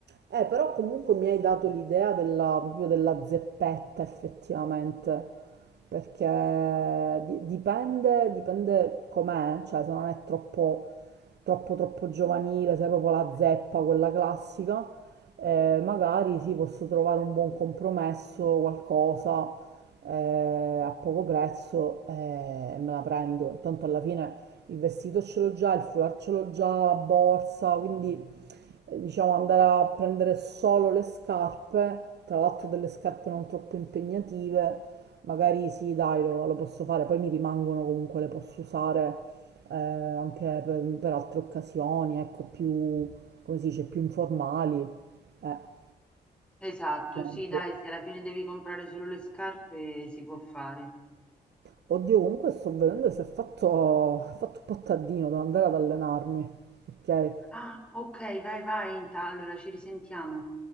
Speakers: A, on the right; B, in the centre.
A: Eh, però comunque mi hai dato l'idea della, proprio della zeppetta effettivamente, perché di- dipende, dipende com'è, cioè se non è troppo, troppo, troppo giovanile, se è proprio la zeppa, quella classica, eh, magari sì, posso trovare un buon compromesso, qualcosa eh, a poco prezzo eh, e me la prendo. Tanto alla fine il vestito ce l'ho già, il foulard ce l'ho già, la borsa, quindi eh, diciamo, andare a prendere solo le scarpe, tra l'altro delle scarpe non troppo impegnative, magari sì, dai, lo, lo posso fare, poi mi rimangono comunque, le posso usare eh, anche per, per altre occasioni, ecco, più, come si dice, più informali, eh, per
B: Esatto,
A: esempio.
B: sì, dai, se alla fine devi comprare solo le scarpe si può fare.
A: Oddio, comunque sto vedendo se ho fatto, ho fatto un po' tardino, devo andare ad allenarmi, ok?
B: Ah, ok, vai, vai, inta- allora ci risentiamo.